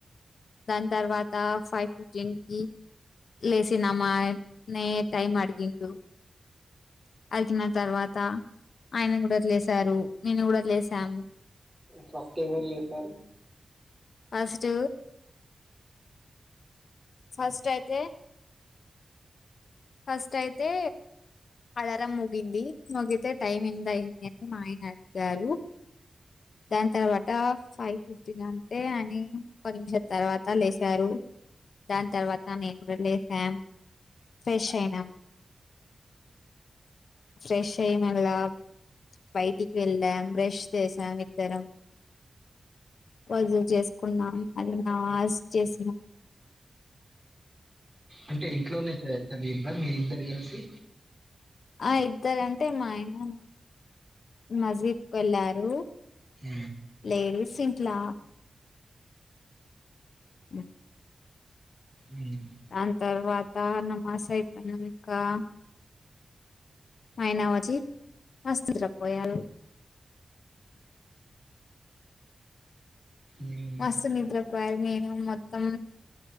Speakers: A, on the left (about 75°); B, on the right (about 25°).
A: దాని తర్వాత ఫైవ్ ఫిఫ్టీన్ కి లేసినమ్మాన్నయే టైం అడిగిండు అడికిిన తర్వాత ఆయన కూడా లేశారు నేను కూడా లేసాను
B: ఫస్ట్ ఎవరు లేసారు
A: ఫస్ట్ ఫస్ట్ అయితే ఫస్ట్ అయితే అలర ముగింది ముగితే టైం ఎంత అయింది అని మాయ అడిగారు దాని తర్వాత ఫైవ్ ఫిఫ్టీగా తే అని పది నిమిషం తర్వాత లేసారు దాని తర్వాత నేను లేసాం ఫ్రెష్ అయినాం ఫ్రెష్ అయ్య మళ్ళ బయటికి వెళ్దాం బ్రెష్ చేసాం ఇద్దరం రజులు చేసుకున్నాం అది నా ఆస్ చేసినాం
B: అంటే ఇంట్లోనే చదివిందా మీ ఇద్దరు కలిసి
A: ఆ ఇద్దర్ అంటే మా ఆయన మజీద్కు వెళ్ళారు
B: ఉ
A: లేడీస్ సింట్లా ఉం
B: ఉమ్.
A: దాని తర్వాత నమాస్ అయిపోయినా ఇంకా ఆయనా వచ్చి వస్తుపోయారు
B: ఉమ్.
A: మస్తు నిద్రపోయరు నేను మొత్తం